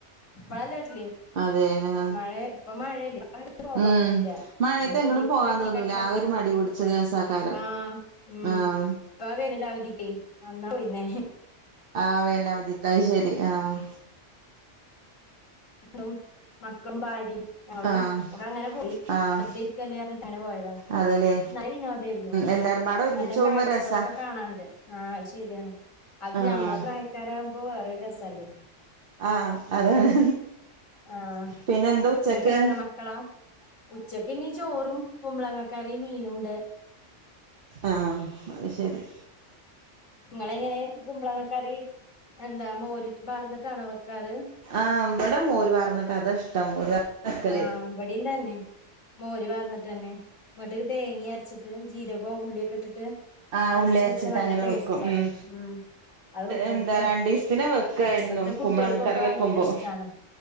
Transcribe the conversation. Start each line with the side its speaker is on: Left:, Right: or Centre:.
Left: ഇപ്പള്ല്ലല്ലിം
Right: അതെ ആ
Left: മഴ ഇപ്പൊ മഴല്ലേ അങ്ങന പോവാറില്ല
Right: ഉം മഴയത്ത്
Left: പിന്നെ കുട്ടിക്ക്
Right: എങ്ങടും പോവാൻ
Left: <unintelligible>
Right: തോന്നൂല ആകെ ഒരു മടി പിടിച്ച ദിവസാക്കാരം
Left: ആഹ് ഉം
Right: ആഹ്
Left: പ്പ അ വേനലവദിക്ക് അന്നാ പോയിന്നേ
Right: ആ വേനലവധിക്ക് അയ് ശരി ആഹ്
Left: ളും മക്കളും ഭാര്യേം ഞങ്ങളും
Right: ആഹ്
Left: ഒക്ക അങ്ങനെ പോയി
Right: ആഹ്
Left: വെറുതെരിക്കല്ലേർഞ്ഞിട്ട് അങ്ങനെ പോയതാ
Right: അതേല്ലേ
Left: നല്ല വിനോദേര്ന്നു ഉം
Right: എല്ലാരുംപാടെ ഒരുമിച്ച്
Left: നല്ല
Right: പോകുമ്പോ
Left: കാഴ്ചകളൊക്കെ
Right: രസാ
Left: കാണാണ്ട് ആഹ് അയ് ശെരിയാണ് അത്
Right: ആഹ്
Left: ഞമ്മളെ പ്രായക്കാരാവുമ്പോ വേറൊരു രസല്ലേ
Right: ആഹ അതാണ്
Left: ആഹ്
Right: പിന്നെ എന്താ ഉച്ചക്ക്?
Left: ഇങ്ങക്ക് എത്ര മക്കളാ? ഉച്ചക്ക് ഇനി ചോറും കുമ്പളങ്ങ കറി മീനുണ്ട്.
Right: ആഹ് അത് ശെരി.
Left: ഇങ്ങളെ എങ്ങനെ കുമ്പളങ്ങക്കറി എന്താ മോര് പാർന്നിട്ടാണോ വെക്കാറ്?
Right: ആഹ് വടെ മോര് പറർന്നിട്ട് അതാ ഇഷ്ടം മോര് വെക്കല്
Left: ആഹ് ബടിം തന്നെ. മോര് പാർന്നിട്ട് തന്നെ ഇന്നട്ട് തേങ്ങി അരച്ചിട്ട് ജീരഗോ ഉള്ളിക്കെ ഇട്ടിട്ട്
Right: ആഹ്
Left: മറച്ച്
Right: ഉള്ളിയരച്ചിട്ട്
Left: വെച്ച നല്ല
Right: അങ്ങനെ
Left: ടേസ്റ്റ്
Right: വെക്കും
Left: ആണ്
Right: ഉം
Left: മ് അത് ഇവട്ത്തെ
Right: എന്താ രണ്ടീസത്തിന് വെക്ക എന്നും
Left: ഇവട്ത്തെ കുട്ട്യേക്കൊക്കെ
Right: കുമ്പളങ്ങ കറി
Left: ഭയങ്കര
Right: വെക്കുമ്പോ
Left: ഇഷ്ടാണ്.